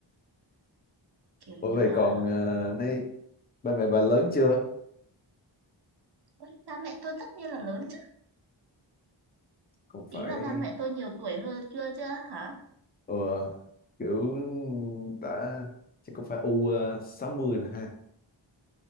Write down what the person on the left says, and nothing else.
bởi
vậy
còn ờ, nay ba mẹ bà lớn chưa
cũng
phải
ờ, kiểu đã chắc cũng phải u ờ, 60 rồi ha